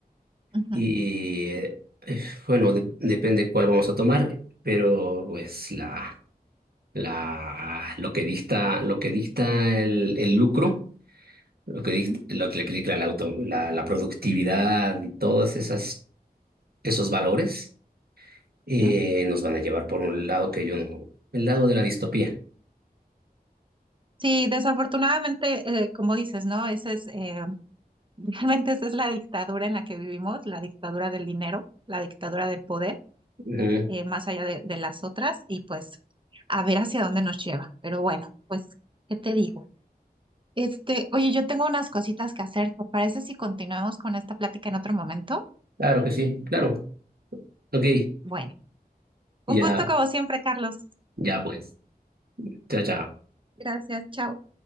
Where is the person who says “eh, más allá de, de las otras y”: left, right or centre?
Right